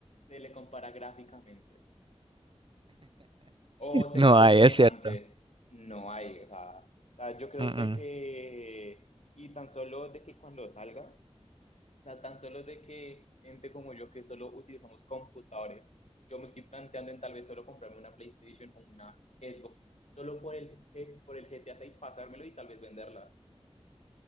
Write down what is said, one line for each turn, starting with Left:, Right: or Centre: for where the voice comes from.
Left: se le compara gráficamente? O te
Right: No
Left: da algo
Right: hay,
Left: semejante.
Right: es cierto.
Left: No hay, o sea, o sea, yo creo
Right: Mm,
Left: de
Right: mm.
Left: que, y tan solo de que cuando salga. O sea, tan solo de que gente como yo que solo utilizamos computadores, yo me estoy planteando en tal vez solo comprarme una PlayStation o una Xbox, solo por el, G- por el GTA seis pasármelo y tal vez venderla.